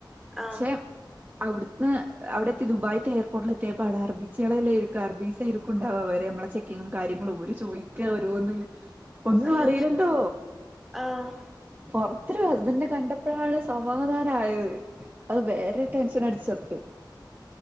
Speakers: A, in the centre; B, on the right.
A: ആ
B: ക്ഷെ അവിടുത് ന്ന് അവിടെത്തി ദുബായത്തെ എയർപോർട്ടില ത്തിയപ്പോ അടെ അറബിച്ചേള ർബീസക്ക ഉണ്ടാവ അവ നമ്മളെ ചെക്കിങ്ങ കാര്യങ്ങളും ഒര് ചോയ്ക്ക രോന്ന് ഒന്നും
A: അയ്യോ
B: അറിയില്ലല്ലോ,
A: ആഹ്
B: പൊറത്തരു അതി കണ്ടപ്പോഴള് സമാധാന ആയത് അത് വേറെ ടെൻഷൻ അടിച്ച <inaudible>